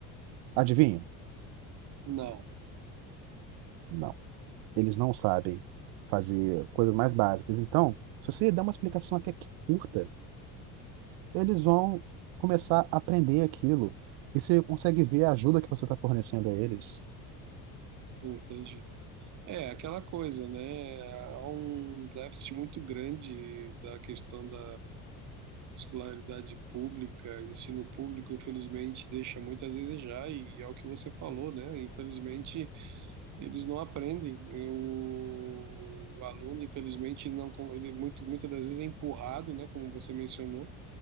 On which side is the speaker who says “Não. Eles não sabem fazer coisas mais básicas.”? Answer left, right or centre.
Right